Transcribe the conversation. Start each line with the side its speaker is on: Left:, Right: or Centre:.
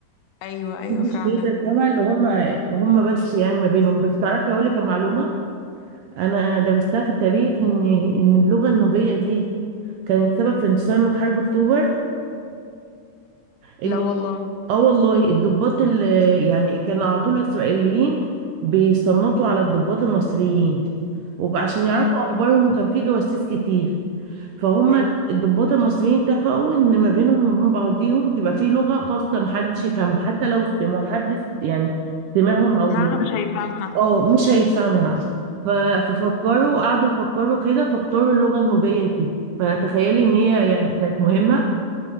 Left: ايوه ايوه
Right: محدش
Left: فعلا
Right: بيقدر يفهمها اللي هما هما بس يعني ما بينهم بس تعرفي اقول لك على معلومة انا درستها في التاريخ ان ان اللغة النوبية دي كانت سبب في انتصار حرب اكتوبر ان
Left: لا والله
Right: اه والله الضباط اللي يعني كان على طول الاسرائيليين بيصنطوا على الضباط المصريين وعشان يعرفوا
Left: امم
Right: اخبارهم وكان في جواسيس كتير فهم
Left: ايوه
Right: الضباط المصريين اتفقوا ان ما بينهم وبين بعضيهم تبقى في لغة خاصة محدش يفهمها حتى لو ما حدش يعني سمعهم او
Left: معها مش هيفهمها
Right: اه مش هيفهمها ف- ففكروا قعدوا يفكروا كده فاختاروا اللغة النوبية دي فتخيلي ان هي يعني كانت مهمة